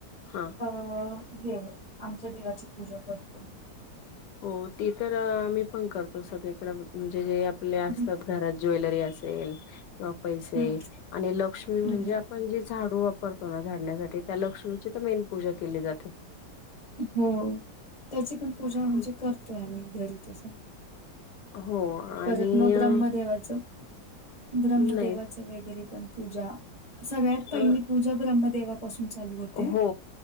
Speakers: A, on the left (about 75°); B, on the left (about 20°).
A: हा
B: अं हे आमच्या देवा ची पूजा करतो.
A: हो ते तर आम्ही पण करतो सगळीकड म्हणजे जे. आपले
B: हम्म
A: असतात घरात ज्वेलरी असेल. किंवा पैसे
B: हम्म
A: आणि लक्ष्मी म्हणजे
B: हम्म, हम्म.
A: आपण ज.. झाडू वापरतो ना झाडण्यासाठी त्या लक्ष्मीची तर मेन पूजा केली जाते.
B: हो त्याची पण पूजा
A: अ,
B: म्हणजे करतोय आम्ही घरी तस.
A: हो आणि
B: परत मग
A: अ,
B: ब्रह्मदेवाचं ब्रह्मदेवाचं
A: नाही
B: वगैरे पण पूजा. सगळ्यात पहिली
A: अ,
B: पूजा ब्रह्मदेवापासून चालू होते.
A: हो